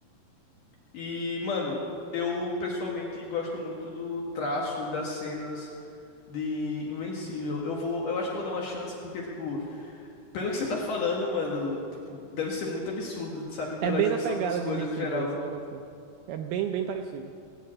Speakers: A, on the left (about 60°); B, on the right (about 80°).
A: E, mano, eu pessoalmente gosto muito do traço e das cenas de Invencível. Eu vou, eu acho que eu vou dar uma chance porque, tipo, pelo que você tá falando, mano, tipo, deve ser muito absurdo, sabe? Pela
B: É bem
A: junção
B: na pegada
A: das coisas
B: de Invincible,
A: no geral.
B: véi. Você vai gostar. É bem, bem parecido.